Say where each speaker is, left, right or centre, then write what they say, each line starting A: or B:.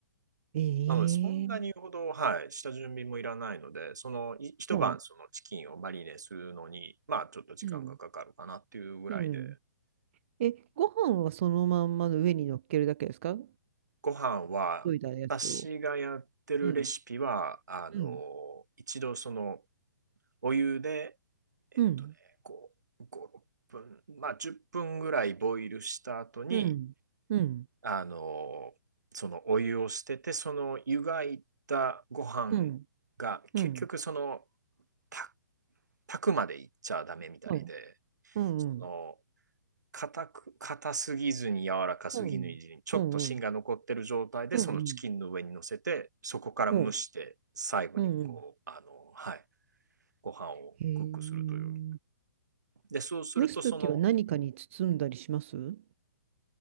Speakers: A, on the right (about 45°); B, on the right (about 80°).
A: ええええええええ
B: なので、そんなにほど、はい、下準備もいらないので、そのい一晩そのチキンをマリネするのに、
A: うん
B: まあ、ちょっと時間がかかるかなっていうぐらいで、
A: うんうんえご飯はそのまま上に乗っけるだけですか
B: ご飯は、
A: といたやつを
B: 私がやってるレシピは、
A: うん
B: あの、
A: うん
B: 一度その、お湯で、えっとね、
A: うん
B: こう5、6分、まあ10分ぐらいボイルした後に、
A: うんうん
B: あの、そのお湯を捨てて、その湯がいたご飯が結局その、
A: うんうんうん
B: た炊くまでいっちゃダメみたいで、
A: ほいうんうん
B: その硬く、硬すぎずに柔らかすぎないずに、
A: うんうん
B: ちょっと芯が残ってる状態で、
A: うんうんうん
B: そのチキンの上に乗せて、そこから蒸して、
A: うん
B: 最後にこう、
A: うんうんうん
B: あの、はい、ご飯をクックするという。
A: へえ。
B: で、そうすると、
A: 蒸すときは何かに包んだりしますうん
B: その、